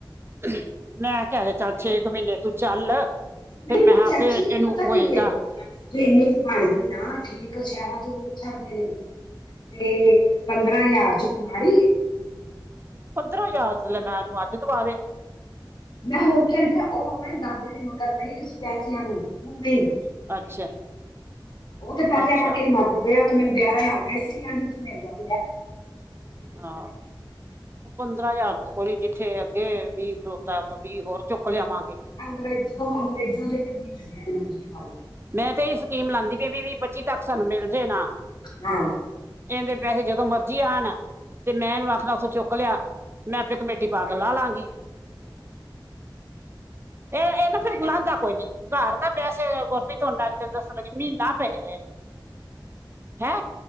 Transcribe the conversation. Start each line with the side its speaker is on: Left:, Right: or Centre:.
Right: <unintelligible> ਮੈਂ ਕੇਯਾ ਕੇ ਚੱਲ ਛੇ ਕੁ ਮਹੀਨੇ ਤੂੰ ਚੱਲ। ਫਿਰ
Left: ਨਹੀਂ
Right: ਮੈਂਹ
Left: ਨਹੀਂ ਚਾਚੀ
Right: ਆਪੇ ਏਨੂੰ
Left: ਪਤਾ
Right: ਹੋਏਗਾ।
Left: ਕੀ ਏ ਜੇ ਇੰਨੀ ਕੁ ਬਣ ਗਈ ਨਾ ਠੀਕ ਸ਼ਹਿਰਾਂ ਵੇਚ ਛੱਡਦੇ ਨੇ ਤੇ ਪੰਦਰਾਂ ਹਜ਼ਾਰ ਚ ਕੋਈ ਮਾੜੀ ਏ।
Right: ਪਦਰਾਂ ਹਯਾਰ ਚ ਲੈ ਮਾ ਨੂੰ ਅਦ ਦਵਾ ਦੇ।
Left: ਮੈਂ ਹੋਰ ਕਯਾ ਚਾਇਦਾ ਔ ਅਪਣੇ ਦਾਦੇ ਦੇ ਮਗਰ ਪਈ ਸੀ ਪੈਂਦਾ ਨੂੰ ਹੁਨ ਵੀ
Right: ਅੱਛਾ
Left: ਔਤੇ ਪੈਸੇਯਾ
Right: ਅੱਛਾ
Left: ਕਰਕੇ ਹੀ ਮਰਦੇ ਪੇ ਤੇ ਅੱਗੇ ਮੈਨੂੰ ਗਿਆਰਾਂ ਹਜਾਰ ਪਏ ਸੀ ਮੈਨੁੰ ਨਈ ਸੀ ਮਿਲਦਾ ਪਯਾ। ਝ
Right: ਹਾਂ। ਪੰਦਰਾਂ ਹਜ਼ਾਰ ਕੋਈ ਜਿੱਥੇ ਅੱਗੇ ਵੀਹ ਖਲੋਤਾ ਔਥੋਂ ਵੀਹ ਹੋਰ ਚੁੱਕ ਲਿਆਵਾਂਗੇ।
Left: <unintelligible>
Right: ਮੈਂ ਤਾਂ ਏਈ ਸਕੀਮ ਲਾਂਦੀ ਪਈ ਵੀ, ਵੀ- ਵੀ, ਪੱਚੀ-ਪਚੀ ਤੱਕ ਸਾਨੂੰ ਮਿਲ ਜੇ ਨਾ-
Left: ਹਾਂ।
Right: ਏਂਦੇ ਪੈਸੇ ਜਦੋਂ ਮਰਜ਼ੀ ਆਣ। ਤੇ ਮੈਂ ਏਨੂੰ ਆਖਨਾ। ਥੋ ਚੁੱਕ ਲਿਆ। ਮੈਂ ਆਪੇ ਕਮੇਟੀ ਪਾ ਕੇ ਲਾਹ ਲਾਂਗੀ। ਏ ਏਨਾ ਫੇਰ ਲਾਂਦਾ ਕੋਈ ਨੀ ਘਰ ਨਾ ਪੈਸੇ ਅ ਵੀ ਤਾਨੂੰ ਅੱਜ ਦੱਸਨ ਲਗੀ ਮੀਨਾ ਪੈ ਜਾਨੇ ਨੇ ਹੈਂ।